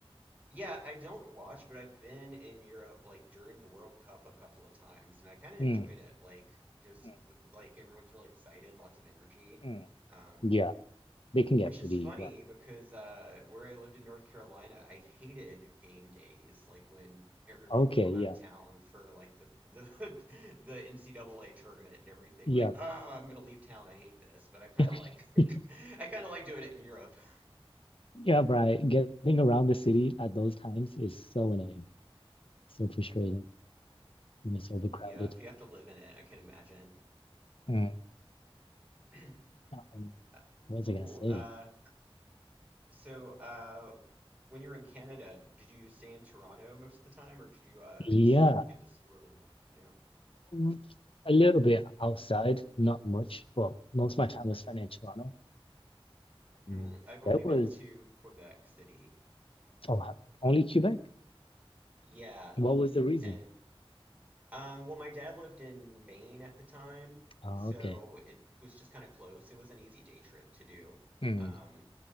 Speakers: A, on the right; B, on the left.
A: Yeah, I don't watch, but I've been in Europe like during the World Cup a couple of times, and I kind of enjoyed
B: Mm,
A: it. Like just
B: mm,
A: th- th- like everyone's really excited, lots of energy,
B: mm.
A: um,
B: Yeah, they can get
A: which
B: pretty
A: is funny
B: rowdy.
A: because uh, where I lived in North Carolina, I hated game days, like when everyone
B: Okay,
A: would come
B: yeah,
A: out of town for like the the <laughs> the NCAA tournament and everything.
B: yeah,
A: Like, oh, I'm gonna leave town. I hate this, but I kind
B: yeah.
A: of like <laughs>
B: <laughs>
A: I kind of like doing it in Europe. <laughs>
B: Yeah, Brian, getting around the city at those times is so annoying, so frustrating when it's overcrowded.
A: Yeah, if you have to live in it, I can imagine.
B: Mm.
A: <clears throat>
B: Um,
A: Uh,
B: what was
A: Cool.
B: I gonna say?
A: Uh, so uh, when you were in Canada, did you stay in Toronto most of the time, or did you? Uh,
B: Yeah,
A: it's good to explore a little more. No.
B: mm, a little bit outside, not much. Well, most of my time was spent in Toronto. Um,
A: Hmm. I've only
B: there
A: been
B: was
A: to Quebec City.
B: oh, ha- only Quebec.
A: Yeah,
B: What was the reason?
A: and um, well, my dad lived in Maine at the time,
B: Oh,
A: so
B: okay.
A: it was just kind of close. It was an easy day trip to do.
B: Mm.
A: Um,